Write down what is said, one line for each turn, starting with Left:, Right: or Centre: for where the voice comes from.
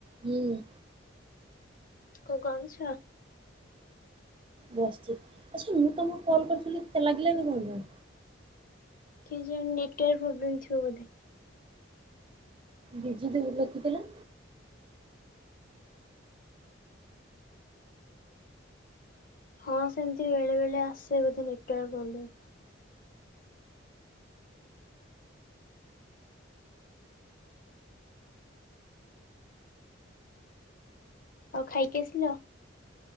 Right: ହୁଁ।
Left: କଣ ଗଣୁଛ?
Right: ବସିଛି ଆଚ୍ଛା ମୁଁ ତମକୁ କଲ୍ କରିଥିଲି କେତେ ଲାଗିଲାନି କଣ ପାଇଁ?
Left: କି ଯେଉଁ ନେଟୱାର୍କ ପ୍ରୋବ୍ଲେମ୍ ଥୀବ ବୋଧେ।
Right: ବିଜୁ ଦୂରରୁ ରଖିଥିଲା।
Left: ହଁ ସେମିତି ବେଳେବେଳେ ଆସେ ବୋଧେ ନେଟୱାର୍କ ପ୍ରୋବ୍ଲେମ୍। ଆଉ ଖାଇକି ଆସିଲ?